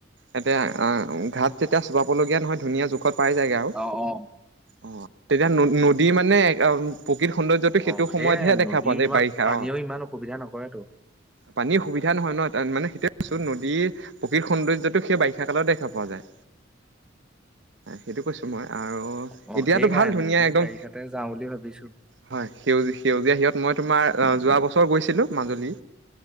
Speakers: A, on the right; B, in the centre.
A: এতিয়া ঘাট যেতিয়া চপাবলগীয়া নহয় ধুনীয়া ঔষধ পাই যায়গে আৰু
B: অ অ
A: অ', তেতিয়া নদী মানে, প্ৰকৃত সৌন্দৰ্যটো সেইটো
B: অ ',
A: সময়তহে
B: সেয়াই
A: দেখা
B: নদী
A: পোৱা যায়
B: তোমাৰ
A: বাৰিষা
B: পানীও
A: অ
B: ইমান অসুবিধা নকৰেতো।
A: পানীৰ সুবিধা নহয় ন', ত', মানে সেইটোয়ে কৈছো নদীৰ প্ৰকৃত-সৌন্দৰ্যতটো সেই বাৰিষা কালত দেখা পোৱা যায়, সেইটো কৈছো মই', আৰু
B: অ',
A: এতিয়াতো
B: সেইকাৰণে
A: ভাল ধুনীয়া
B: সেই
A: একদম
B: বাৰিষাতে যাওঁ বুলি ভাবিছোঁ
A: হয় সে- সেউজীয়া সিহঁত, মই তোমাৰ যোৱা বছৰ গৈছিলো, মাজুলী